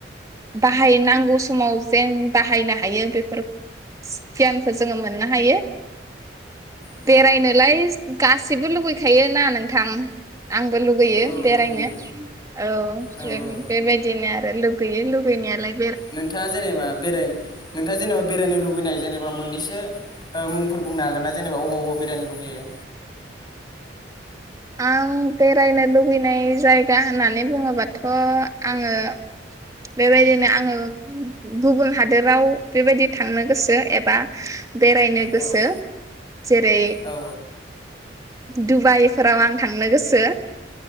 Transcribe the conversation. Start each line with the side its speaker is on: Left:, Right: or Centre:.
Right: बाहायनांगौ स समाव जेन बाहायनो हायो, बेफोर गियान खो जोङो मोननो हायो।
Left: औ
Right: बेरायनोलाय गासैबो लुगैखायोना नोंथां। आंबो लुगैयो
Left: औ
Right: बेरायनो
Left: लुबैयो
Right: औ
Left: औ औ
Right: बेबायदिनो आ लुगैयो लुगैनायालाय
Left: नोंथाङा जेनेबा बेराय नोंथाङा जेनेबा बेरायनो लुबैनाय जेनेबा मोननैसो ओ मुंफोर बुंनो हागोन ना, जेनेबा अबाव अबाव बेरायनो लुबैयो।
Right: आं बेरायनो लुबैनाय जायगा होननानै बुङोबाथ' आङो बेबायदिनो आङो गुबुन हादोराव बेबायदि थांनो गोसो एबा बेरायनो
Left: औ
Right: गोसो। जेरै
Left: औ
Right: दुबाइफोराव आं थांनो गोसो।